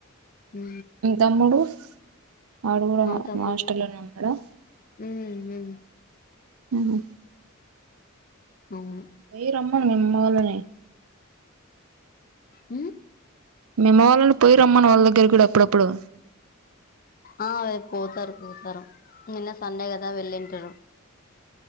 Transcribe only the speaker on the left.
ఉ
తమ్ముడు
కూడా
హ్మ్ హ్మ్
అవును
మ్
ఆ రేపు పోతారు పోతారు నిన్న సండే కదా వెళ్ళింటారు